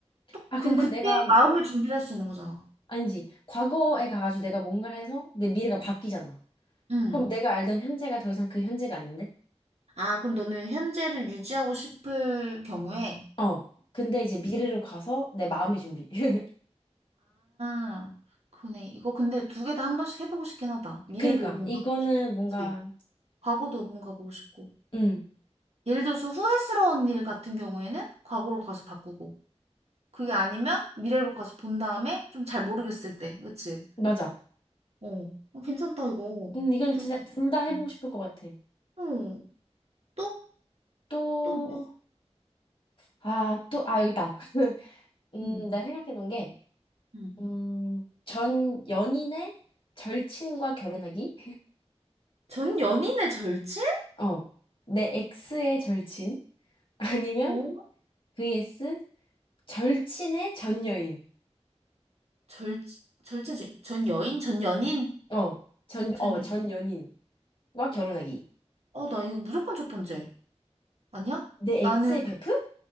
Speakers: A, on the right; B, on the left.
A: 또,
B: 아,
A: 그럼
B: 근데
A: 그때
B: 내가,
A: 마음을 준비할 수 있는 거잖아.
B: 아니지. 과거에 가가지고 내가 뭔가를 해서 내 미래가 바뀌잖아.
A: 응.
B: 그럼 내가 알던 현재가 더 이상 그 현재가 아닌데?
A: 아, 그럼 너는 현재를 유지하고 싶을 경우에,
B: 어. 근데 이제 미래로 가서 내 마음의 준비. <laughs>
A: 아, 그러네. 이거 근데 두 개 다 한 번씩 해보고 싶긴 하다. 미래도
B: 그니까,
A: 5분
B: 이거는
A: 가보고 싶고,
B: 뭔가,
A: 그치? 과거도 5분 가보고 싶고.
B: 응,
A: 예를 들어서 후회스러운 일 같은 경우에는 과거로 가서 바꾸고, 그게 아니면 미래로 가서 본 다음에 좀 잘 모르겠을 때, 그치?
B: 맞아.
A: 어, 어, 괜찮다, 이거.
B: 음, 이건
A: 두
B: 진짜
A: 개.
B: 둘 다 해보고
A: 어,
B: 싶을 것 같아.
A: 어, 또?
B: 또,
A: 또? 뭐 있어?
B: 아, 또, 아, 여기 있다. <laughs> 음,
A: 음.
B: 내가 생각해 놓은 게,
A: 음.
B: 음, 전 연인의 절친과 결혼하기?
A: 전 연인의 절친?
B: 어. 내 X의 절친? 아니면
A: 어?
B: vs 절친의 전 여인.
A: 절, 절친, 전 여인? 전 연인?
B: 어, 전,
A: 전,
B: 어,
A: 여-
B: 전 연인과 결혼하기.
A: 어, 나 이거 무조건 첫 번째. 아니야?
B: 내
A: 나는
B: 엑스의 베프?